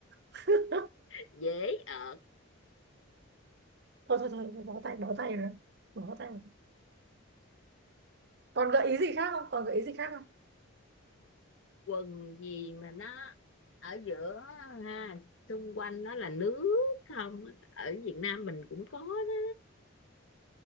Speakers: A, on the right; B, on the left.
A: <laughs>
B: dễ ở
A: thôi thôi thôi bó tay bó tay rồi bó tay rồi. còn gợi ý gì khác không còn gợi ý gì khác không
B: quần gì mà nó ở giữa ha xung quanh nó là nước không ở Việt Nam mình cũng có đó